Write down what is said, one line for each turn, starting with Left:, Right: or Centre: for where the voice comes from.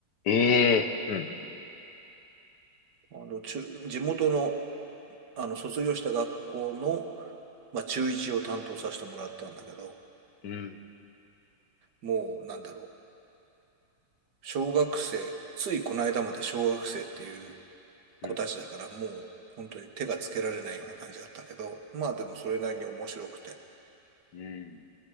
Left: ええーうん。
Right: あの、中、地元の、あの、卒業した学校の、まあ、中1を担当させてもらったんだけど、
Left: うん。
Right: もう、なんだろう。小学生、ついこの間まで小学生っていう子たちだからもう本当に手がつけられないような感じだったけど、
Left: うん。
Right: まあでもそれなりに面白くて、
Left: うん。